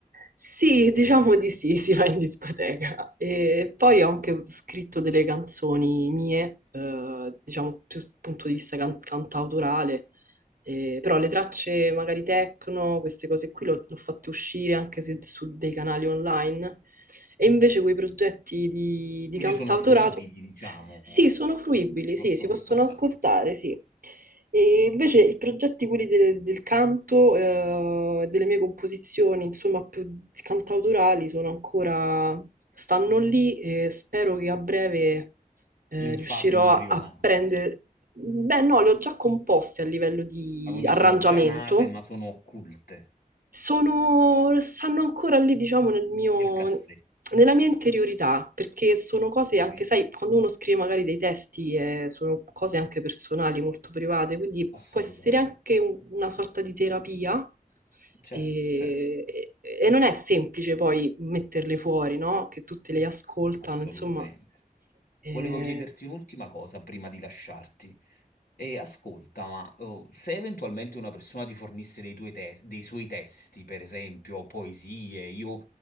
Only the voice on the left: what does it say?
più o meno.
Quindi
sono fruibili, diciamo,
si
possono
ascoltare
in
fase embrionale.
Ah, Quindi
sono già nate, ma sono occulte
nel cassetto.
Ho capito.
Assolutamente.
Certo,
certo,
assolutamente.
Volevo chiederti un'ultima cosa prima di lasciarti. E ascolta, ma oh, se eventualmente una persona ti fornisse dei, tuoi te- dei suoi testi, per esempio poesie, io